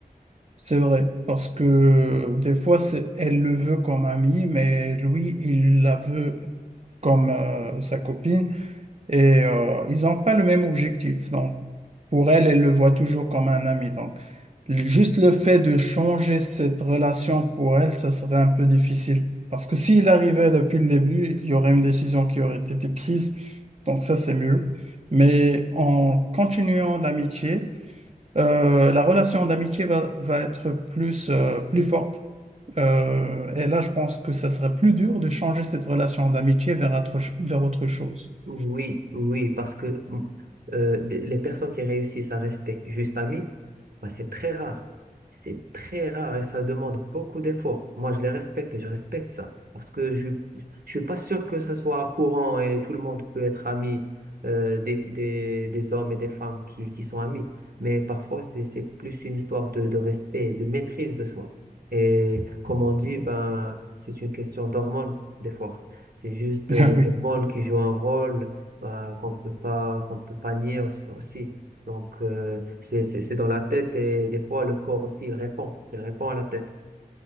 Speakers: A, on the right; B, on the right.
A: C'est vrai. Parce que des fois, c'est, elle le veut comme ami, mais lui, il la veut comme euh, sa copine. et euh, ils n'ont pas le même objectif. Donc, pour elle, elle le voit toujours comme un ami. Donc, le- juste le fait de changer cette relation pour elle, ça serait un peu difficile. Parce que s'il arrivait depuis le début, il y aurait une décision qui aurait été prise. Donc, ça, c'est mieux. Mais en continuant l'amitié, euh, la relation d'amitié va, va être plus, euh, plus forte. Euh, et là, je pense que ça serait plus dur de changer cette relation d'amitié vers autre, ch- vers autre chose. <laughs>
B: Oui, oui, parce que mm, euh, des- les personnes qui réussissent à rester juste amies, bah, c'est très rare. C'est très rare et ça demande beaucoup d'efforts. Moi, je les respecte et je respecte ça. Parce que je ne suis pas sûr que ce soit courant et tout le monde peut être ami euh, des, des, des hommes et des femmes qui, qui sont amis. Mais parfois, c'est, c'est plus une histoire de, de respect et de maîtrise de soi. Et comme on dit, ben, c'est une question d'hormones, des fois. C'est juste euh,
A: Ah
B: les
A: oui,
B: hormones qui jouent un rôle bah, qu'on peut pas, qu'on peut pas nier aussi. aussi. Donc, euh, c'est, c'est, c'est dans la tête et des fois le corps aussi, il répond. Il répond à la tête.